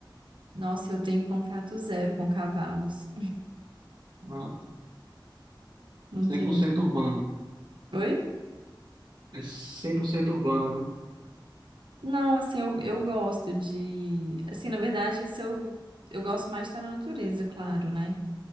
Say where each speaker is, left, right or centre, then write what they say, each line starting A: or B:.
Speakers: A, on the right; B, on the right.
A: Nossa, eu tenho contato zero com cavalos.
B: Ah,
A: Não
B: 100%
A: tem muito. con-
B: urbano.
A: Oi?
B: É 100% urbana,
A: Não, assim, eu, eu gosto de. Assim, na verdade, se eu, eu gosto mais de estar na natureza, claro, né?